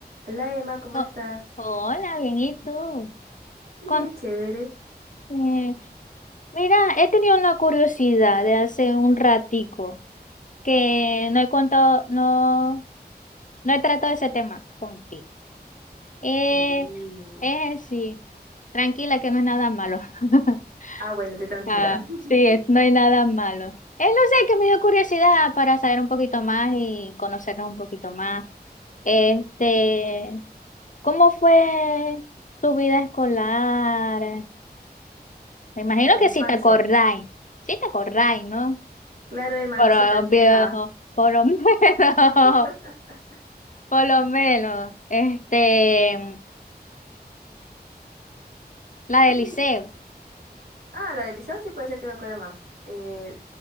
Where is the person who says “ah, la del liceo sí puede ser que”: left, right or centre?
Right